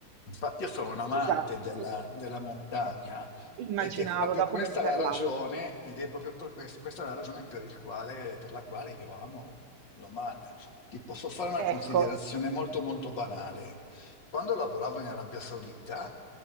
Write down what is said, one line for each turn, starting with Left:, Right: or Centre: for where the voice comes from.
Left: infatti io sono un amante
Right: Esatto.
Left: della, della montagna
Right: Ecco, immaginavo
Left: ed è proprio
Right: da
Left: questa
Right: come mi parlavi.
Left: la ragione, ed è proprio per questo, questa è la ragione per il quale, per la quale io amo l'Oman. Ti posso fare una considerazione
Right: Ecco,
Left: molto molto banale. Quando lavoravo in Arabia Saudita